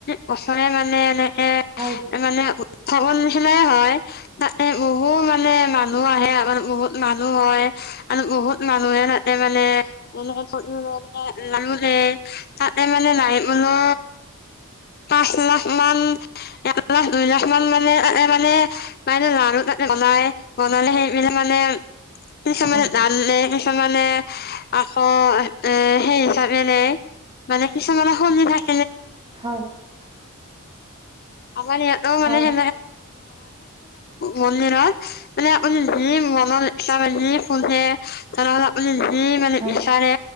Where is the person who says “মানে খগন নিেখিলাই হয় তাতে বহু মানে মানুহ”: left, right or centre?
Left